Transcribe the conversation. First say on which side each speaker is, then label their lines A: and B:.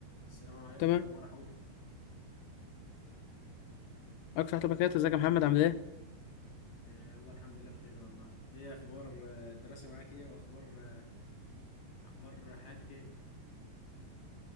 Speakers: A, on the left; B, on the left.
A: السلام عليكم
B: تمام
A: إيه الاخبار يا حودي
B: اكتر حاجه بكات ازيك يا محمد عامل ايه
A: آه الله الحمد لله بخير والله ايه اخبار آه، الدراسه معاك ايه واخبار آه، اخبار حياتك ايه